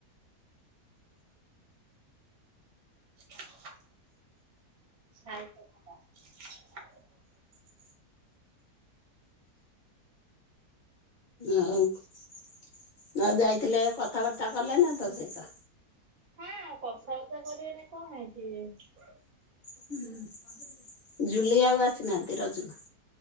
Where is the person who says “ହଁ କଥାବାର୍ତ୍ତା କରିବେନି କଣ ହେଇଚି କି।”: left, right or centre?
Right